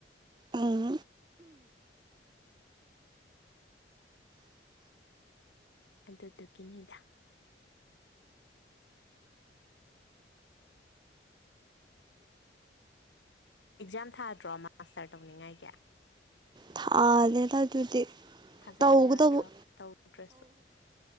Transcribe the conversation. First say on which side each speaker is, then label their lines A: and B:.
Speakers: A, on the right; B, on the left.
A: ꯎꯝ
B: ꯑꯗꯨꯗꯨꯒꯤꯅꯤꯗ ꯑꯦꯛꯖꯥꯝ ꯊꯥꯗ꯭ꯔꯣ ꯃꯥꯁꯇꯔ ꯇꯧꯅꯤꯡꯉꯥꯏꯒꯤ
A: ꯊꯥꯗꯦꯗ ꯑꯗꯨꯗꯤ
B: ꯊꯥꯖꯤꯜꯂꯨ
A: ꯇꯧꯒꯗꯧꯕ
B: ꯌꯥꯗ꯭ꯔꯥ ꯇꯧꯗ꯭ꯔꯁꯨ